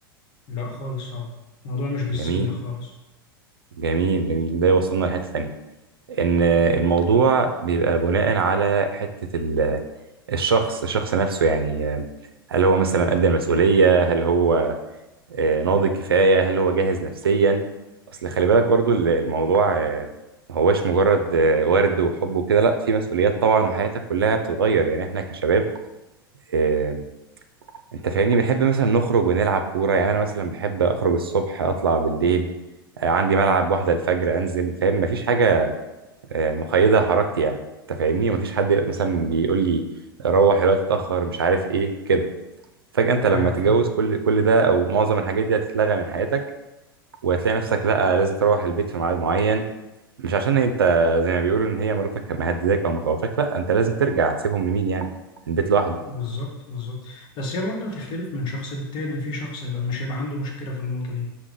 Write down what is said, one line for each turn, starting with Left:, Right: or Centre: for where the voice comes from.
Left: لا خالص طبعا الموضوع مش بالسن
Right: جميل
Left: خالص
Right: جميل جميل ده يوصلنا لحتة تانية إن الموضوع بيبقى بناء على حتة ال- الشخص الشخص نفسه يعني آه، هل هو مثلا قد المسؤولية؟ هل هو آه، ناضج كفاية هل هو جاهز نفسيا اصل خلي بالك برضو ال- الموضوع آه، ما هوش مجرد آه، ورد وحب وكده لا في مسؤوليات طبعا وحياتك كلها بتتغير يعني احنا كشباب آه، انت فاهمني بنحب مثلا نخرج ونلعب كورة يعني انا مثلا بحب اخرج الصبح اطلع بالليل آه، عندي ملعب واحدة الفجر انزل فاهم مفيش حاجة آه، مقيدة حركتي يعني انت فاهمني مفيش حد مثلا بيقول لي روح الوقت اتأخر مش عارف ايه كده فجأة انت لما
Left: ايوه
Right: تتجوز
Left: فاهم
Right: كل كل ده او معظم الحاجات دي هتتلغى من حياتك وهتلاقي نفسك لا لازم تروح البيت في ميعاد معين مش عشان انت زي ما بيقولوا ان هي مراتك مهدداك او مخوفاك لا انت لازم ترجع تسيبهم لمين يعني البيت لوحده
Left: بالظبط بالظبط بس هي برضه هتختلف من شخص للتاني في شخص هيبقى مش هيبقى عنده مشكلة في النقطة دي